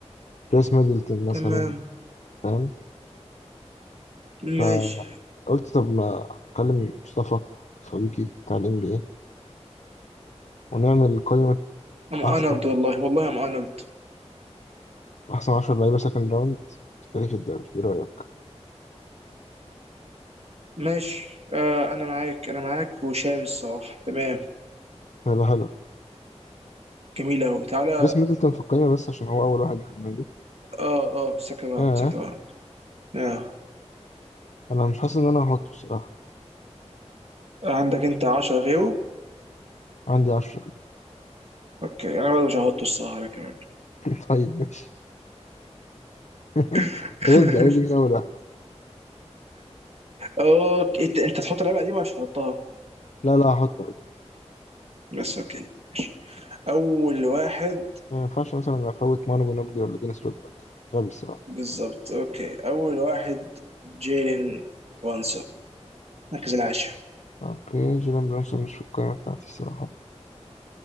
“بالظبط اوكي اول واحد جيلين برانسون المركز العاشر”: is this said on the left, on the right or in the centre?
Right